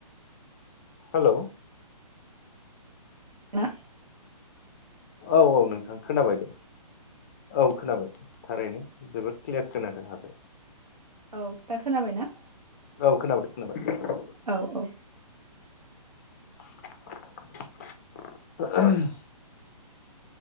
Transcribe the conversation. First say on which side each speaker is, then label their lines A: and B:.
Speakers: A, on the left; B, on the right.
A: हेल
B: न <inaudible>
A: औ औ नोंथां खोनाबाय दे औ खोनाबाय थारैनो जोबोद क्लियार खोनादो दा
B: औ दा खोनाबायना।
A: औ खोनाबाय खोनाबाय
B: औ औ
A: <inaudible>